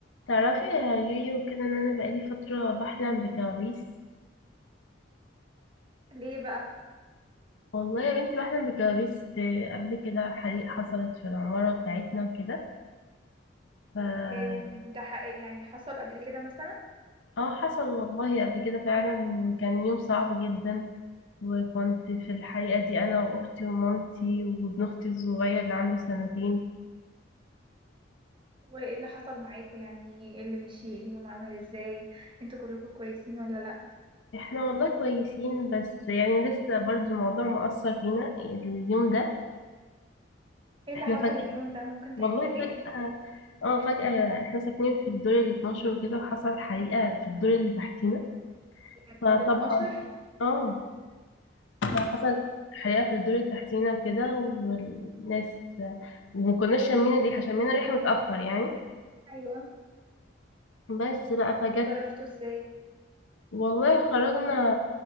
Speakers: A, on the left; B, on the right.
A: تعرفي يا يويو كده ان انا بقالي فترة بحلم بكوابيس
B: ليه بقى
A: والله يا بنتي بحلم بكوابيس ب- قبل كده حريق حصلت في العمارة بتاعتنا وكده ف
B: إيه ده حقيقي يعني حصل قبل كده مثلا
A: اه حصل والله قبل كده فعلا وكان يوم صعب جدا وكنت في الحريقة دي انا واختي ومامتي وابن اختي الصغير اللي عنده سنتين
B: وايه اللي حصل معاكوا يعني ايه اللي مشي اليوم عمل ازاي انتوا كلكم كويسين ولا لا
A: احنا والله كويسين بس يعني لسه برضو الموضوع مؤثر فينا اليوم ده
B: ايه اللي
A: احنا
B: حصل اليوم ده ممكن تحكي
A: والله
B: لي
A: فجأة اه فجأة احنا ساكنين في الدور ال 12 وكده وحصل حريقة في الدور اللي تحتينا
B: يعني
A: فطبعا
B: في ال 12
A: اه فحصل
B: اه
A: حريقة في الدور اللي تحتينا وكده والناس وما كناش شامين الريحة شمينا الريحة متأخر يعني
B: ايوه
A: بس بقى فجت
B: تصرفتوا ازاي
A: والله خرجنا